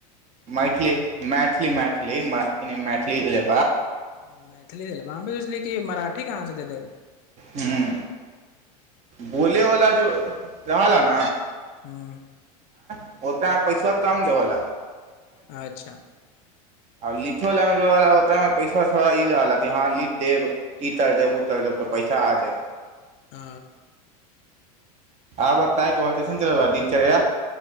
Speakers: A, on the right; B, on the left.
A: मैथिली मैट मैथिली मैथिल मै मैथिली मरा मैथिल मैथी जे
B: ओ मैथिली ल भी ससली कि मराठी कहाँसँ दे दे
A: हूँ बोले वा जो जवाला न
B: हँ
A: होत ह पैसा कऽम देवला
B: अच्छा
A: आब लिखयवलामे जो रहल ओतयमे पैसा थोड़ा ई रहल कि हँ लिख देब इतर देब ओतर देब तऽ पैसा आ जाय
B: आ
A: आब बताय तो स्टेशन चल रह दिनचर्या